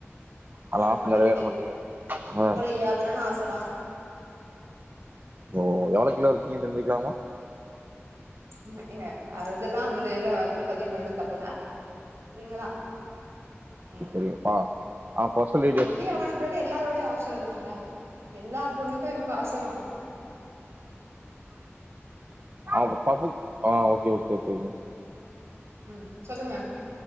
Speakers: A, on the right; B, on the right.
A: அவ
B: நடக்க
A: ஆச
B: மாட்டேங்குது
A: நிறவேற மாட்டேங்கிது அஹ்
B: ஒல்லி ஆகணுன்னு ஆச தா
A: ஓ எவ்ளோ கிலோ இருக்கீங்கன்னு தெரிஞ்சுக்கலாமா
B: ங்க அதெல்லா வந்து வந்துட்டு பதிவு பண்றது தப்புதா சரிங்களா உம்
A: சொல்ட்டா ஆ <unintelligible>
B: ஒல்லி ஆகணும்ங்கிறது எல்லாரோட ஆச தாங்க எல்லா பொண்ணுக்கு இருக்க ஆச தா
A: ஆ பாப்போ ஓகே ஓகே ஓகேங்க
B: ம் சொல்லுங்க